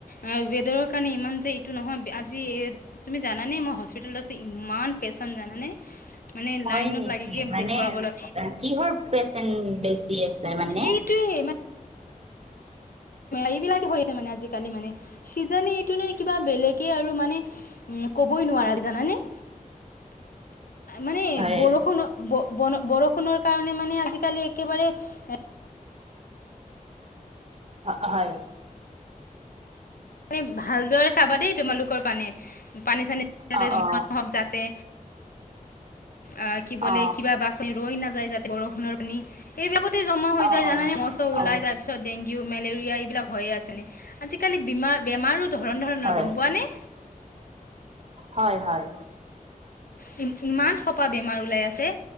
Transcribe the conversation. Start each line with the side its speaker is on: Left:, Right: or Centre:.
Left: আহ ৱেডাৰৰ কাৰণে ইমান যে এইটো নহয় আজি এ তুমি জানানে মই হস্পিতেলত আছো ইমান পেচেণ্ট জানানে মানে
Right: হয়
Left: লাইনত
Right: নেকি
Left: লাগিকে
Right: মানে
Left: দেখুৱাবলৈ
Right: কিহৰ পেচেণ্ট বেছি আছে মানে
Left: এইটোৱে এইবিলাক হৈছে মানে আজিকালি মানে চিজনে এইটো নে কিবা বেলেগে আৰু মানে উম ক'বই নোৱাৰা জানা নে
Right: <inaudible>
Left: মানে
Right: হয়
Left: বৰষুণ ব বন বৰষুণৰ কাৰণে মানে আজিকালি একেবাৰে এ
Right: হা হায়।
Left: নি ভালদৰে চাবা দেই তোমালোকৰ পানী, পানী- চানী যাতে
Right: অ
Left: জমা
Right: অ
Left: নহওক যাতে আহ কি বোলে?
Right: অ
Left: কিবা বাছ আনি ৰৈ নাযায় যাতে বৰষুণৰ পানী এইবিলাকতে জমা হৈ
Right: অ
Left: যায়
Right: অ
Left: জানানে? মহ - চহ ওলাই
Right: অ
Left: তাৰপিছত ডেংগু, মেলেৰিয়া এইবিলাক হৈয়ে আছেনে? আজিকালি বীমাৰ বেমাৰো ধৰণ ধৰণৰ
Right: হয়
Left: গম পোৱা নে?
Right: হয়- হয়।
Left: ই ইমান সোপা বেমাৰ ওলাই আছে।